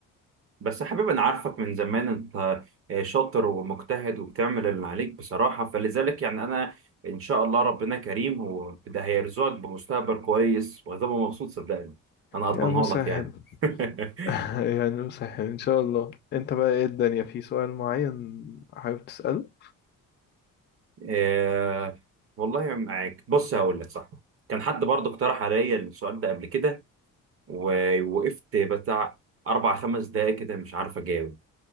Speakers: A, on the right; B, on the left.
A: بس يا حبيبي انا عارفك من زمان انت آه، شاطر ومجتهد وبتعمل اللي عليك بصراحه فلذلك يعني انا ان شاء الله ربنا كريم وده هيرزقك بمستقبل كويس وهتبقى مبسوط صدقني انا اضمنها
B: يا مسهل
A: لك يعني
B: <laughs>
A: <laughs>
B: يعني مسهل ان شاء الله انت بقى ايه الدنيا في سؤال معين حابب تسأله
A: إيه والله معاك بص هقول لك صح كان حد برضه اقترح عليا السؤال ده قبل كده ووقفت بتاع اربع خمس دقايق كده مش عارف اجاوب